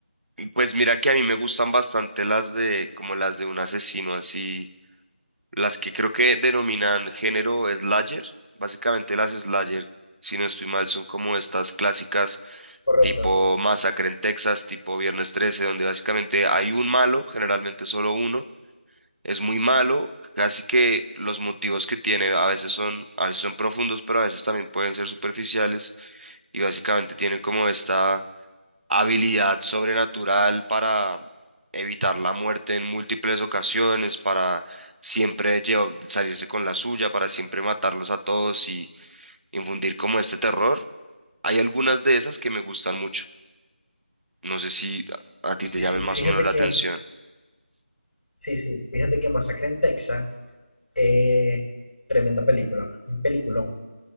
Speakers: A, on the right (about 85°); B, on the left (about 75°).
A: y pues mira que a mí me gustan bastante las de como las de un asesino así, las que creo que denominan género slasher. Básicamente las slasher, si no estoy mal, son como estas clásicas
B: Correcto.
A: tipo Masacre en Texas, tipo Viernes 13, donde básicamente hay un malo, generalmente solo uno es muy malo, casi que los motivos que tiene a veces son, a veces son profundos, pero a veces también pueden ser superficiales y básicamente tiene como esta habilidad sobrenatural para evitar la muerte en múltiples ocasiones, para siempre llevar- salirse con la suya, para siempre matarlos a todos y infundir como este terror. Hay algunas de esas que me gustan mucho. No sé si a a
B: Sí,
A: ti te
B: sí.
A: llamen
B: Fíjate
A: más o menos la
B: que,
A: atención.
B: sí, sí. Fíjate que Masacre en Texas es tremenda película, un peliculón.